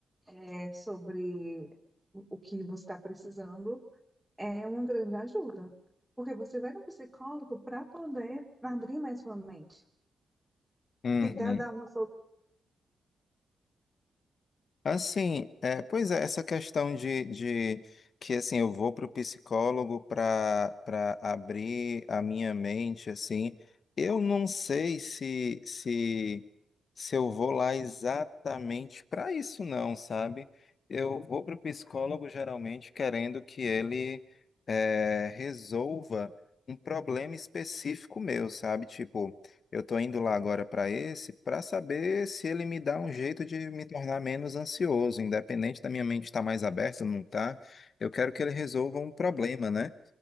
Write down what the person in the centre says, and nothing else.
é, sobre o o que você está precisando, é uma grande ajuda. Porque você vai no psicólogo para poder abrir mais sua mente,
tentar dar uma